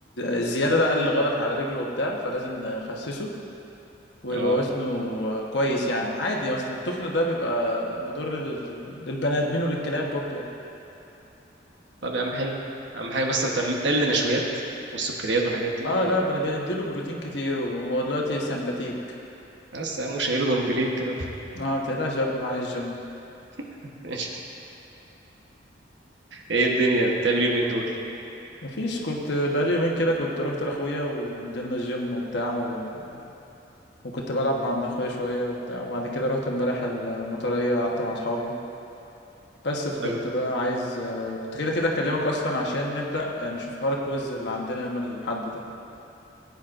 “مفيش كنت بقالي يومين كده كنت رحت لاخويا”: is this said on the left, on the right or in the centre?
Left